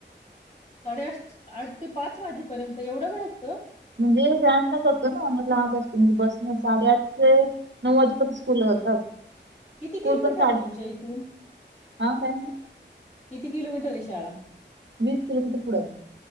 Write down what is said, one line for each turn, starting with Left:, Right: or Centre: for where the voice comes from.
Left: साडे आठ? आठ ते पाच वाजे- पर्यंत एवढं वेळ असतं.
Right: म्हणजे व्याला जातो ना लाब असतो म्हणजे बस न साडेआठ ते नऊ वाजेपर्यंत स्कूलला जातात <unintelligible>
Left: किती
Right: स्कूल
Left: किलोमीटर
Right: पण साडे
Left: हे तुमच्या इथून.
Right: हा काय म्हणले?
Left: किती किलोमीटर हे शाळा.
Right: वीस किलोमीटर पुढे <unintelligible>